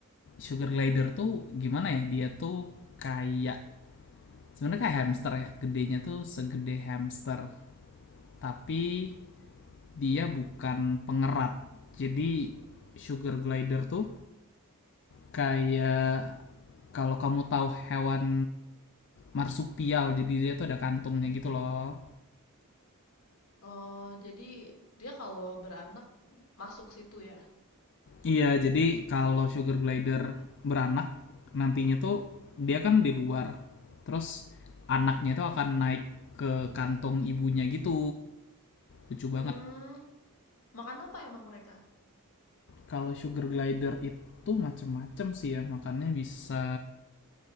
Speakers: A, on the left; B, on the left.
A: sugar glider tuh gimana ya? Dia tuh kayak sebenarnya kayak hamster ya. Gedenya tuh segede hamster, tapi dia bukan pengerat. Jadi, sugar glider tuh kayak kalau kamu tahu hewan marsupial jadi dia tuh ada kantungnya
B: Mm-mm.
A: gitu loh
B: Oh, jadi dia kalau beranak masuk situ ya.
A: iya jadi kalau sugar glider beranak nantinya tuh dia kan di luar terus anaknya tuh akan naik ke kantung ibunya gitu lucu banget
B: Hmm, makan apa emang mereka?
A: kalau sugar glider itu macem-macem sih ya makannya bisa